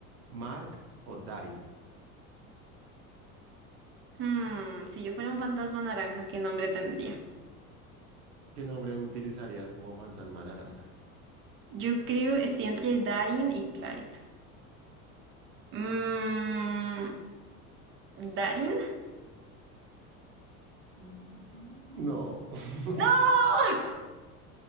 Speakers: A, on the right; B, on the right.
A: Mark o Darin.
B: Hmm, si yo fuera un fantasma naranja, ¿qué nombre tendría?
A: ¿Qué nombre utilizarías como fantasma naranja?
B: Yo creo estoy entre Darin y Clyde. Mmm. ¿Darin?
A: Mm. No, <laughs>
B: ¡No!